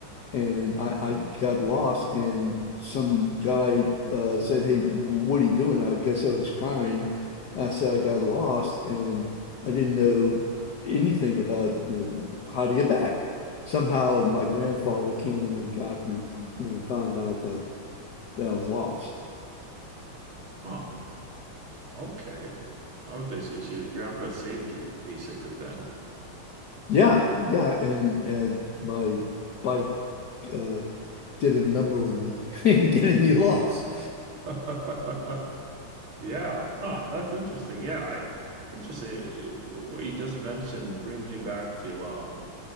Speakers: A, on the left (about 55°); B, on the right (about 80°).
A: and I, I got lost, and some guy uh, said, "Hey, what are you doing?" I guess I was crying. I said I got lost, and I didn't know anything about, you know, how to get back. Somehow my grandfather came and got me, you know, found out that that I was lost.
B: Huh? Okay. Okay. So, so your grandpa saved you basically then.
A: Yeah, yeah, and, and my bike uh, did a number on me, <laughs> getting me lost.
B: <laughs> Yeah, huh. That's interesting. Yeah, I, it's interesting. It- it- What you just mentioned brings me back to um